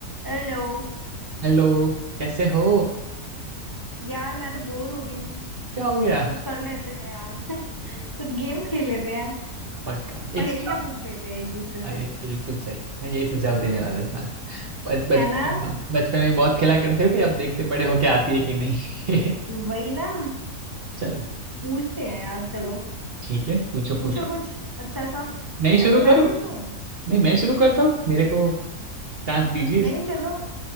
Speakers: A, on the left; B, on the right.
A: Hello
B: Hello कैसे हो
A: यार मैं तो बोर हो रही हूँ
B: क्या हो गया
A: कुछ कर लेते हैं यार <laughs> कुछ गेम्स खेल लेते हैं
B: पक्का
A: पहेलियां
B: एक सुझाव
A: पूछ लेते हैं एक दूसरे
B: अरे
A: से
B: बिल्कुल सही मैं यही सुझाव देने वाला था बच- बचपन
A: है ना
B: में बचपन में बहुत खेला करते थे अब देखते बड़े होके आती है कि नहीं <laughs>
A: वही ना
B: चलिए
A: पूछते हैं यार चलो
B: ठीक है पूछो
A: पूछो
B: पूछो
A: कुछ अच्छा सा
B: नहीं शुरू
A: अच्छा
B: करूँ
A: मैं पूछूं
B: नहीं मैं शुरू करता हूँ मेरे को चांस दीजिए इसका
A: नहीं चलो